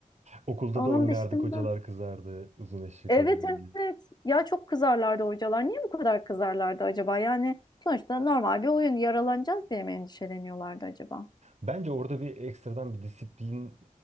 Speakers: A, on the right; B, on the left.
A: Okulda
B: Onun
A: da oynardık,
B: dışında.
A: hocalar kızardı, uzun eşek
B: Evet
A: oynardık.
B: evet. Ya çok kızarlardı hocalar. Niye bu kadar kızarlardı acaba? Yani sonuçta normal bir oyun yaralanacağız diye mi endişeleniyorlardı acaba?
A: Bence orada bir ekstradan bir disiplin